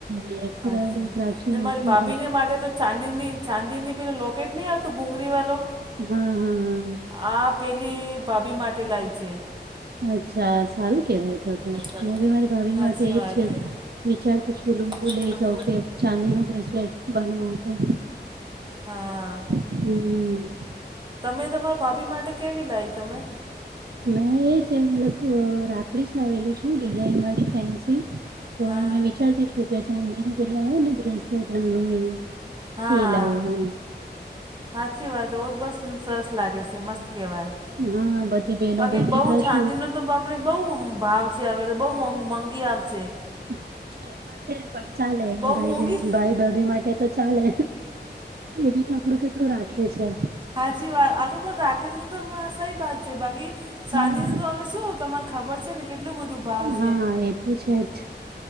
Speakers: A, on the right; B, on the right.
A: લે ખરા
B: સાચી
A: રુદ્રાક્ષ ની
B: ને મારી ભાભીને
A: રાખડી
B: માટે તો ચાંદીની ચાંદીની પેલો લોકેટ નહી આવતો બુગરી વાલો.
A: હા હા હા.
B: આ પેલી ભાભી માટે લાઈ છે.
A: અચ્છા સારું કેવાય તો તો
B: બેઠો
A: મેં
B: હતો
A: બી મારી ભાભી
B: હાચી
A: માટે એજ
B: વાત
A: છે
B: હે
A: વિચારતી છોલું
B: કુછ
A: બું લઈ
B: બોલું
A: જાઉ કે ચાંદી નું બ્રેસલેટ બનાવું છું.
B: હા.
A: હમ.
B: તમે તમારા ભાભી માટે કેવી લાઈ તમે
A: મેં એ છે મતલબ અ રાખડી જ લાવેલી છું ડિઝઇન વાળી ફેન્સી પણ
B: હા
A: મેં વિચારતી છું કે ચાંદીનું પેલું આવે ને બ્રેસલેટ નાનું એવું
B: હા.
A: એ લાવું એમ
B: હાચી વાત ઓ બસ સરસ લાગે છે મસ્ત કેવાય
A: હા બધી બહેનો
B: બાકી
A: ભેગી
B: બઉ
A: થશું
B: છાંદી નુ તો બાપ આપણે બહુ ભાવ છે હવે તો બહુ મો મોંઘી આવશે
A: હા એ તો છે પણ ચાલે
B: બહુ
A: ભાઈ
B: મોંઘી
A: બે ભાઈ ભાભી માટે તો ચાલે એ બી તો આપડું કેટલું રાખીએ છે.
B: હાચી વાત આ તો પણ રાખે છે તો આા <inaudible> બાજે બાકી ચાંદી
A: હા
B: તો હવે શું તમાને ખબર છે ને કેટલું બધું ભાવ છે.
A: હા એ તો છે જ.